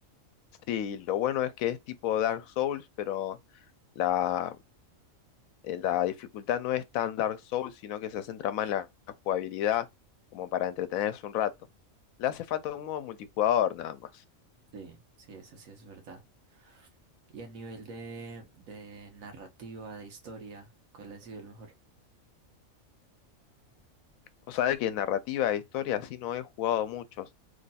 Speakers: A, on the left; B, on the right.
A: Sí, lo bueno es que es tipo Dark Souls, pero la, eh, la dificultad no es tan Dark Souls, sino que se centra más en la jugabilidad, como para entretenerse un rato. Le hace falta un modo multijugador nada más.
B: Sí, sí, eso sí es verdad. Y a nivel de, de narrativa, de historia, ¿cuál ha sido el mejor?
A: Vos sabés que en narrativa e historia así no he jugado muchos,